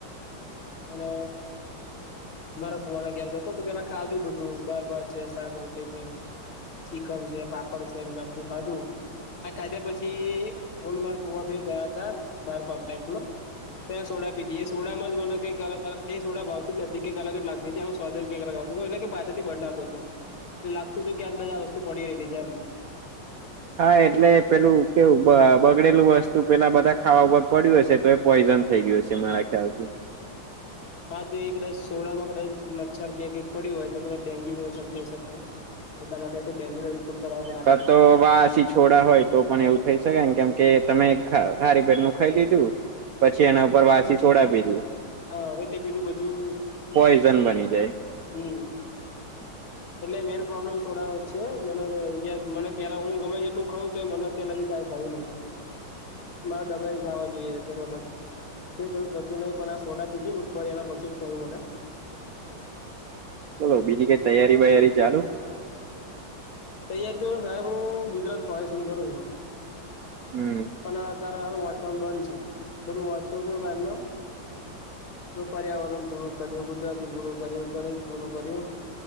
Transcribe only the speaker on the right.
હા એટલે પેલું કેવું બગડેલું વસ્તુ પેલા બધા ખાવા ઉપ ઉપર પડ્યું હશે તો એ પોઈઝન થઈ ગયું હશે મારા ખ્યાલથી
ક
તો વાસી છોડા હોય તો પણ એવું થઈ શકે કેમકે તમે ખારી પેટ નું ખાઈ લીધું પછી એના ઉપર વાસી છોડીધી
પોઈઝન બની જાય.
બોલો બીજી કઈ તૈયારી વયારી ચાલુ
હમ